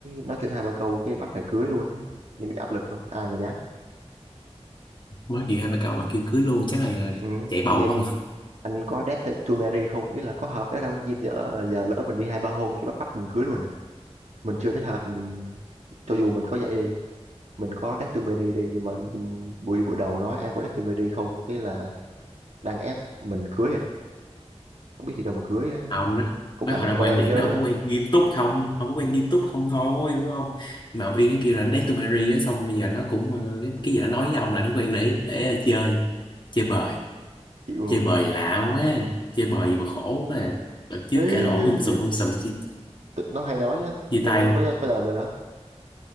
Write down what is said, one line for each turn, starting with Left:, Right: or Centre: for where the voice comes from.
Right: nói chuyện hai ba câu cái bắt phải cưới luôn đấy nên bị áp lực không ai mà dám
Left: mới gì hai bà cậu mà kêu cưới luôn chắc là, là
Right: ừ,
Left: chạy bầu
Right: tự nhiên
Left: quá không
Right: anh có date to marry không ý là có hợp đấy đâu nhìn giờ giờ lỡ mình đi hai ba hôm cái bắt bắt mình cưới luôn à mình chưa thấy hợp mình cho dù mình có vậy đi mình có Datumeri đi nhưng mà nhìn buổi buổi đầu nói ai có Datumeri không cái là đang ép mình cưới à không biết đi đâu mà cưới á
Left: À, ông đó
Right: cũng
Left: nó
Right: phải
Left: họ
Right: làm
Left: là
Right: quen
Left: quan điểm
Right: chứ
Left: đó ông có quen nghiêm túc không ông có quen nghiêm túc không thôi đúng không Nhưng mà Uyên nó kêu là nó date to marry đó xong bây giờ nó cũng ờ, cái, cái gì nó nói với ông là nó quen để để ờ, chơi chơi bời
Right: chịu rồi
Left: chơi bời
Right: mà
Left: lạ quá chơi bời gì mà khổ quá à. đợt trước
Right: thấy
Left: cãi lộn um sùm
Right: thấy
Left: um sùm chia,
Right: tự, nó hay nói lắm
Left: chia
Right: nên
Left: tay
Right: tôi có có làm rồi đó